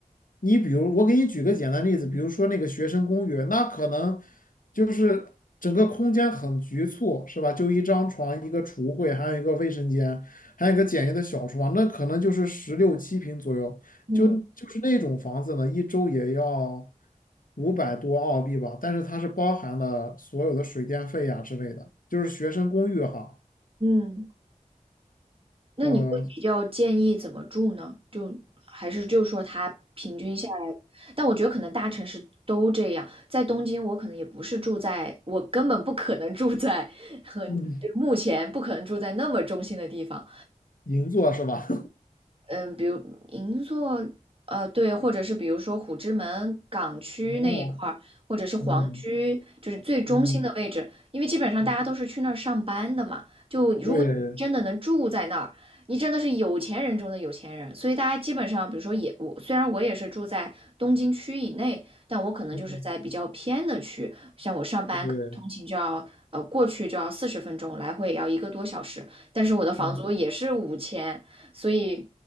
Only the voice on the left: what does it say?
你比如，我给你举个简单例子，比如说那个学生公寓，那可能就是整个空间很局促，是吧？就一张床、一个橱柜，还有一个卫生间，还有一个简易的小厨房，那可能就是十六七平左右。
就就是那种房子呢，一周也要五百多澳币吧，但是它是包含了所有的水电费呀、之类的，就是学生公寓哈。
呃，
嗯，
银座是吧？
<laughs> 哦，
嗯
嗯
嗯，
对，
嗯。
对，
嗯，